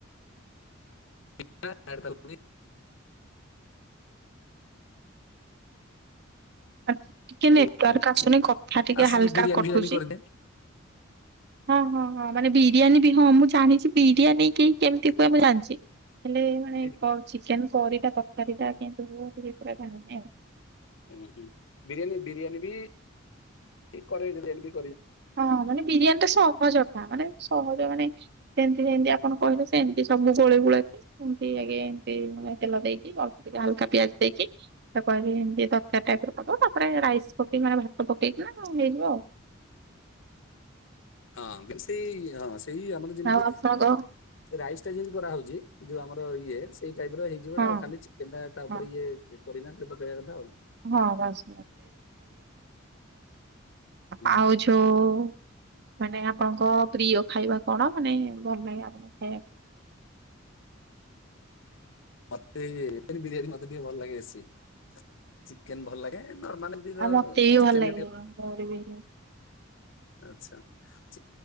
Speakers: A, on the left; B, on the right.
A: <inaudible>
B: ଟିକେ ନେଟୱାର୍କ
A: ଆଉ
B: ଆସୁନ କଥା ଟିକେ
A: ଆସ
B: ହାଲକା
A: ବିରିୟାନୀ
B: କଟୁଛି।
A: ଫିରିୟାନୀ କରିଦିଏ
B: <inaudible> ହଁ ହଁ ହଁ ମାନେ ବିରିୟାନୀ ବି ହଁ ମୁଁ ଜାଣିଛି ବିରିୟାନୀ କେହି କେମିତି ହୁଏ ମୁଁ ଜାଣିଛି। ହେଲେ ମାନେ
A: ବିରି
B: ଚିକେନ କରୀ ତରକାରୀ ଟା କେମିତି ହୁଏ ଜାଣିନି ଆଉ
A: ହଁ ହୁଁ, ବିରିୟାନୀ ବିରିୟାନୀ ବି କରେଇ ଦେବେ।
B: ହଁ ମାନେ ବିରିୟାନୀ ଟା ସହଜ ଟା ମାନେ ସହଜ ମାନେ ସେମିତି ସେମିତି ଆପଣ କହିଲେ ସେମିତି ସବୁ ଗୋଳି ଗୋଳାକି ସେମିତି ଆଗେ ଏମିତି ମେ ତେଲ ଦେଇକି ଅଳ୍ପ ଟିକେ ହଲକା ପିଆଜ ଦେଇକି ତା ପରେ ଏମିତି ତରକାରୀ ଟାଇପ ହବ ତାପରେ ରାଇସ୍ ପକେଇି କି ମାନେ ଭାତ ପକେଇକି କ ହେଇଯିବ।
A: ହଁ ସେଇ ହଁ ସେଇ ଆମର ଯେମିତି
B: ଆଉ ଆପଣଙ୍କ
A: ରାଇସ ଟା ଯେମିତି କରାହଉଛି ଯୋଉଁ ଆମର ଇଏ ସେଇ ଟାଇପ ର ହେଇଯିବଟା
B: ହଁ
A: ଆଉ ଖାଲି ଚିକେନ ଟା ତା
B: ହଁ
A: ଉପରେ ଇଏ ପୋଦିନା ପତ୍ର ପକେଇବା କଥା ଆଉ
B: ହଁ ବାସ୍।
A: ହୁଁ
B: ଆଉ ଯୋଉଁ ମାନେ ଆପଣଙ୍କ ପ୍ରିୟ ଖାଇବା କଣ ମାନେ ଭଲ ଲାଗେ ଆପଣଙ୍କ ଖାଇବାକୁ? <unintelligible>
A: ମତେ ବିରିୟାନୀ ମତେ ଟିକେ ଭଲ ଲାଗେ ବେଶୀ ଚିକେନ ଭଲ ଲାଗେ। ମାନେ <unintelligible>
B: ଆଉ ମତେ ବି ଭଲ
A: ଚିକେନ
B: ଲାଗେ ମୋର ବି
A: ଆଛା <inaudible>